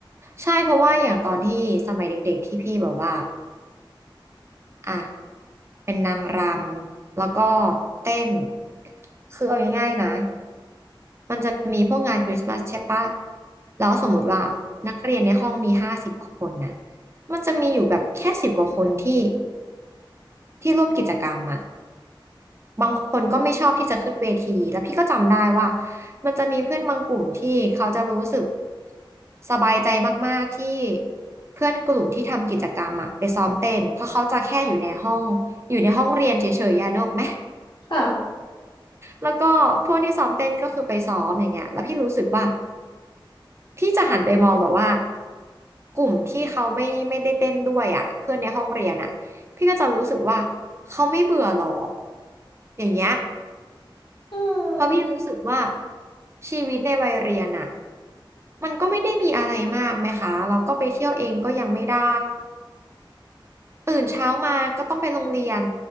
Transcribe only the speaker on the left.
อืม
ค่ะ
อื
ม